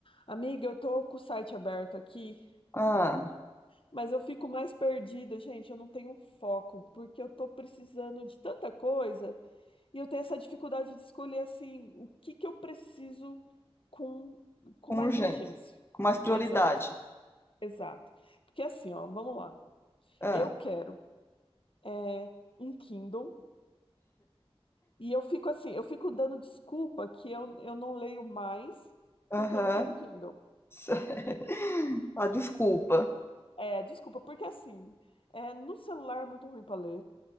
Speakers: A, on the left; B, on the left.
A: Amiga, eu tô com o site aberto aqui,
B: Ah,
A: mas eu fico mais perdida, gente. Eu não tenho foco, porque eu tô precisando de tanta coisa e eu tenho essa dificuldade de escolher assim o que que eu preciso com, com
B: com
A: mais
B: urgência,
A: urgência.
B: com mais prioridade.
A: Exato, exato. Porque assim, ó, vamos lá.
B: Ah,
A: Eu quero é, um Kindle e eu fico assim, eu fico dando desculpa que eu, eu não leio mais porque
B: aham,
A: eu não tenho um Kindle.
B: <laughs> a desculpa.
A: É, desculpa, porque assim, é, no celular é muito ruim para ler.